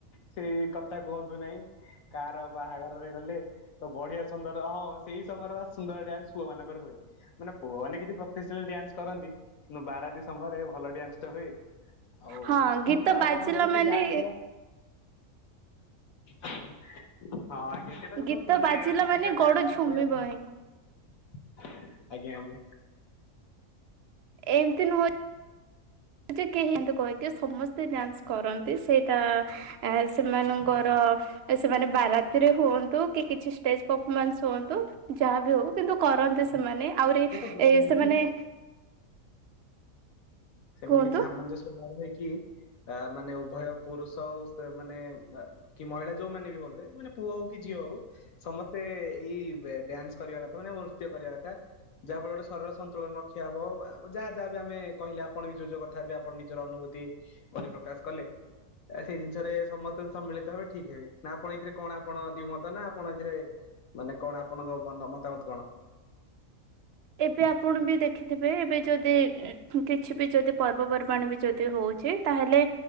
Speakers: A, on the left (about 75°); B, on the right (about 65°).
A: ସେଇ କଥା କୁହନ୍ତୁ ନାହିଁ। କା ର ବାହାଘରରେ ଗଲେ ତ ବଢିଆ ସୁନ୍ଦର ହଁ ସେଇ ସମୟରେ ବା ସୁନ୍ଦର ଡ୍ୟାନ୍ସ ପୁଅ ମାନଙ୍କର ହୁଏ। ମାନେ ପୁଅ ମାନେ କିଛି ପ୍ରଫେସନାଲ ଡ୍ୟାନ୍ସ କରନ୍ତି। କିନ୍ତୁ ବାରାତି ସମୟରେ ଭଲ ଡ୍ୟାନ୍ସ ତ ହୁଏ ଆଉ ଆଉ
B: ହଁ ଗୀତ ବାଜିଲା
A: କଣ କହିବି ସେ
B: ମାନେ
A: ଡ୍ୟାନ୍ସ ଟା ହଁ ଆଜ୍ଞା। ସେଟା କୁ
B: ଗୀତ
A: ତ ସେମାନେ
B: ବାଜିଲା
A: ଟିପିକାଲ
B: ମାନେ
A: ଡ୍ୟାନ୍ସ
B: ଗୋଡ
A: ବୋଲି
B: ଝୁମିବ
A: କହିହବ।
B: ହିଁ
A: ଆଜ୍ଞା ଆଜ୍ଞା।
B: ଏମିତି ନୁହ। ଯେ କେହି <unintelligible> କହିକି ସମସ୍ତେ ଡ୍ୟାନ୍ସ କରନ୍ତି ସେଇଟା ଆ ସେମାନଙ୍କର ସେମାନେ ବାରାତିରେ ହୁଅନ୍ତୁ କି କିଛି ଷ୍ଟେଜ ପରଫମାନ୍ସ ହୁଅନ୍ତୁ, ଯାହା ବିି ହଉ କିନ୍ତୁ କରନ୍ତି ସେମାନେ। ଆହୁରି
A: ଦେଖନ୍ତୁ
B: ଏ
A: ସେମିତି
B: ସେମାନେ
A: ସେମିତି
B: କୁହନ୍ତୁ
A: କିଛି ସାମଞ୍ଜସ୍ୟ ମୋର ନାହିକି ଆ ମାନେ ଉଭୟ ପୁରୁଷ ଆଉ ସ୍ ମାନେ ଅ କି ମହିଳା ଯୋଉମାନେ ବି ହୁଅନ୍ତେ ମାନେ ପୁଅ ହଉ କି ଝିଅ ହଉ ସମସ୍ତେ ଇ ଡ୍ୟାନ୍ସ କରିବା କଥା, ମାନେ ନୃତ୍ୟ କରିବା କଥା। ଯାହା ଫଳରେ ଗଟେ ଶରୀର ସନ୍ତୁଳନ ରକ୍ଷା ହବ। ଆ ଯାହା ଯାହା ବି ଆମେ କହିଲେ ଆ ଆପଣ ବି ଯୋଉ ଯୋଉ କଥା ବି ଆପଣ ନିଜର ଅନୁଭୂତି ବୋଲି ପ୍ରକାଶ କଲେ ଅ ସେଇ ଜିନିଷରେ ସମସ୍ତେ ସମ୍ମିଳିତ ହେବେ ଠିକ ହେବେ ନା ଆପଣ ଏଥିରେ କଣ ଆପଣ ଦିଉ ମତ ନା ଆପଣ ଏଥିରେ ମାନେ କଣ ଆପଣଙ୍କ ମନ ମତାମତ କଣ?
B: ଏବେ ଆପଣ ବି ଦେଖିଥିବେ ଏବେ ଯଦି ଉଁ କିଛି ବି ଯଦି ପର୍ବପର୍ବାଣି ବି ଯଦି ହଉଛି ତାହେଲେ